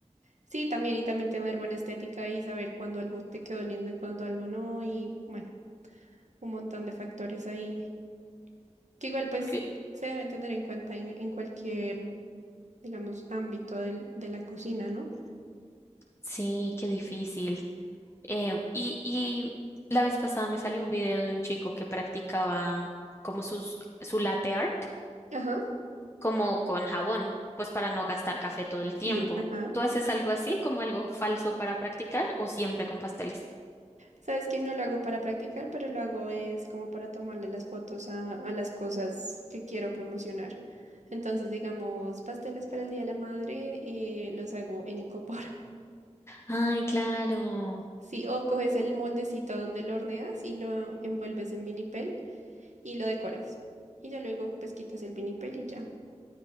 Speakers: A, on the right (about 75°); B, on the left (about 20°).
A: Sí, también y también tener buena estética y saber cuándo algo te quedó lindo y cuándo algo no y bueno, un montón de factores ahí que igual pues
B: porque
A: se deben tener en cuenta en en cualquier digamos, ámbito del- de la cocina, ¿no?
B: sí, qué difícil. Em, y, y la vez pasada me salió un video de un chico que practicaba como sus, su latte art,
A: Ajá,
B: como con jabón, pues para no gastar café todo el
A: Sí.
B: tiempo.
A: ajá.
B: ¿Tú haces algo así, como algo falso para practicar o siempre con pasteles?
A: Sabes que no lo hago para practicar, pero lo hago es como para tomarle las fotos a, a las cosas que quiero promocionar. Entonces, digamos, pasteles para el Día de la Madre, eh, los hago en icopor. <laughs>
B: Ay, claro.
A: Sí, o coges el moldecito donde lo horneas y lo envuelves en vinipel y lo decoras. Y ya luego, pues, quitas el vinipel y ya.